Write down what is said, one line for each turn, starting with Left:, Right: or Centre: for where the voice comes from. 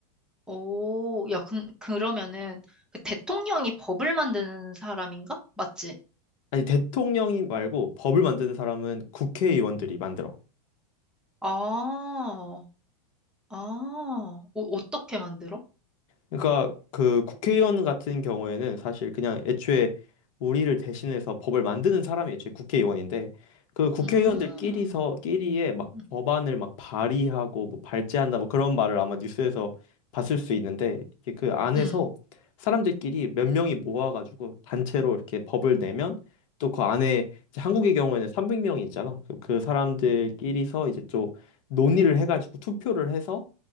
Centre: 오, 야, 그, 그러면은 그 대통령이 법을 만드는 사람인가? 맞지?
Left: 아니 대통령이 말고 법을 만드는 사람은 국회의원들이 만들어.
Centre: 아, 아, 어, 어떻게 만들어?
Left: 그러니까 그 국회의원 같은 경우에는 사실 그냥 애초에 우리를 대신해서 법을 만드는 사람이 애초에 국회의원인데 그 국회의원들끼리서
Centre: 음,
Left: 끼리에 막
Centre: 음,
Left: 법안을 막 발의하고 뭐 발제한다 뭐 그런 말을 아마 뉴스에서 봤을 수 있는데 이게 그 안에서
Centre: 음.
Left: 사람들끼리 몇 명이 모아가지고 단체로 이렇게 법을 내면 또 그 안에 이제 한국의 경우에는 300명이 있잖아. 그 사람들끼리서 이제 또 논의를 해가지고 투표를 해서